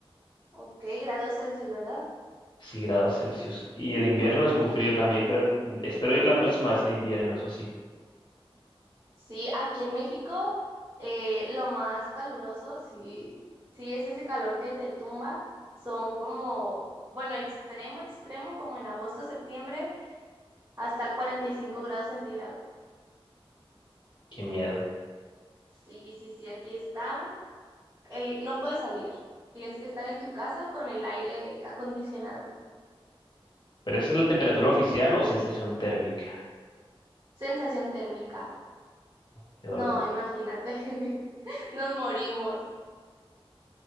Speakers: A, on the right; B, on the left.
A: Ok, grados Celsius, ¿verdad?
B: sí grados Celsius. Y el invierno
A: Ok.
B: es muy frío también, pero espero ir la próxima vez en invierno, eso sí.
A: Sí, aquí en México eh, lo más caluroso, sí, sí es ese calor que te tumba. Son como, bueno, extremo, extremo, como en agosto, septiembre, hasta 45 grados centígrados.
B: Qué miedo.
A: Sí, sí, sí, aquí está. El, no puedes salir. Tienes que estar en tu casa con el aire acondicionado.
B: Pero esa es la temperatura oficial o sensación térmica.
A: Sensación térmica.
B: Qué dolor.
A: No, imagínate. <laughs> Nos morimos.